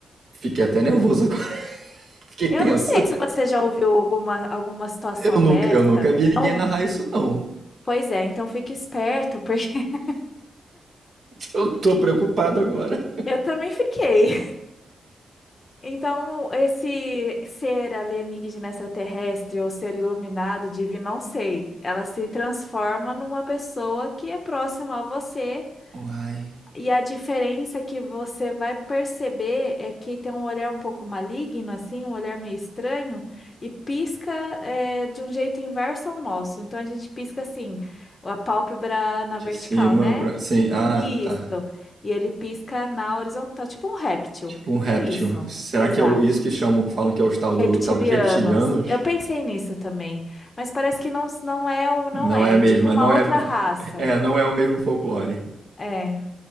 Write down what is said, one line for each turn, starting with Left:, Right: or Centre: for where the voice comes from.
Right: Fiquei até nervoso agora. <laughs> Fiquei
Left: Eu
Right: tenso.
Left: não sei se você já ouviu alguma, alguma situação
Right: Eu nunca,
Left: dessa.
Right: eu nunca vi ninguém
Left: Não?
Right: narrar isso, não.
Left: Pois é, então fique esperto, porque <laughs>
Right: Eu tô preocupado agora.
Left: eu também fiquei. Então, esse ser alienígena extraterrestre ou ser iluminado, divino, não sei, ela se transforma numa pessoa que é próxima a você
Right: Uai.
Left: E a diferença que você vai perceber é que tem um olhar um pouco maligno, assim, um olhar meio estranho, e pisca eh, de um jeito inverso ao nosso. Então a gente pisca assim, a pálpebra na
Right: De
Left: vertical,
Right: cima
Left: né?
Right: pra. Sim. Ah,
Left: Isso.
Right: tá.
Left: E ele pisca na horizontal, tipo um réptil.
Right: Tipo um réptil.
Left: É isso.
Right: Será
Left: Exato.
Right: que é o- isso que chamam, que falam que é os tal, do,
Left: Reptilianos.
Right: tal dos reptilianos?
Left: Eu pensei nisso também, mas parece que não, não é, ou
Right: Não
Left: não é,
Right: é mesmo?
Left: é tipo uma
Right: é, não
Left: outra
Right: é,
Left: raça.
Right: é, não é o mesmo folclore.
Left: É.